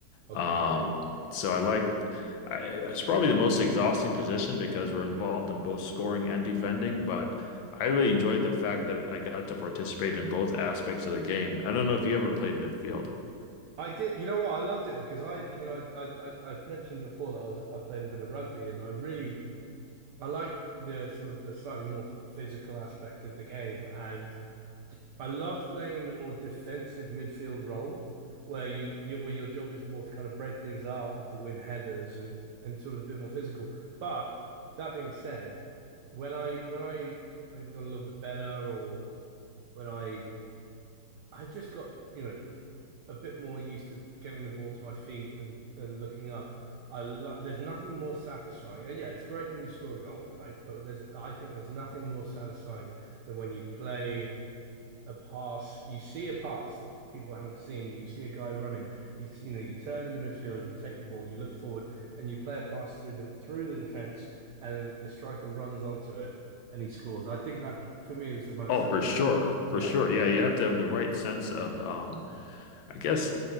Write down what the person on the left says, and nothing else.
Um, so I like I, it's probably the most exhausting position because we're involved
in both scoring and defending, but I really enjoyed the fact that I got to participate in both aspects of the game. I don't know if you ever played midfield.
Oh,
for sure. For
sure. Yeah, you have to have the right sense of um I guess